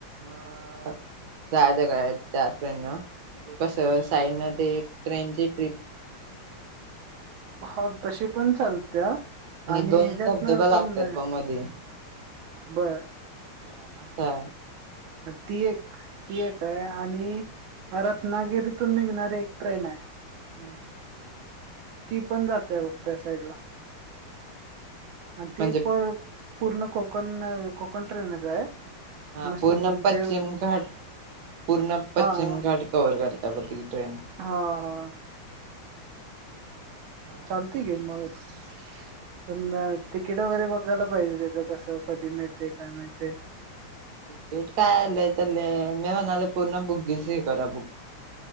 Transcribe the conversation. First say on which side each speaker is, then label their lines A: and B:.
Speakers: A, on the right; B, on the right.
A: मग जाय जगळ त्या फ्रेंड ना म्हणजे कसं. साईड ते एक ट्रेनची ट्रिप.
B: हो तशी पण चालते आणि
A: दोन
B: हच्यात
A: धबधबा
B: ना
A: लागतात
B: पण.
A: ब मध्ये
B: बरं.
A: हा आता.
B: ती एक ती एक आहे आणि म रत्नागिरीतून निघणारी एक ट्रेन आहे.
A: हम्म!
B: ती पण जातय बघत साईड ला आणि ती
A: म्हणजे
B: पण. पूर्ण कोकण कोकण ट्रेनच आहे.
A: हा
B: मस्त
A: पूर्ण
B: बोगदेव
A: पश्चिम घाट. पूर्ण पश्चिम
B: हा
A: घाट कवर्ह करता प त ट्रेन.
B: हा हा!
A: हा
B: चालते
A: आणि
B: गे मग. प तिकीट वगैरे बघायला पाहिजे त्याच कसं कधी माळते काय माहिते.
A: तिकीट काय आलंय त्या मी म्हणाले पूर्ण बुगीच हे करा बु.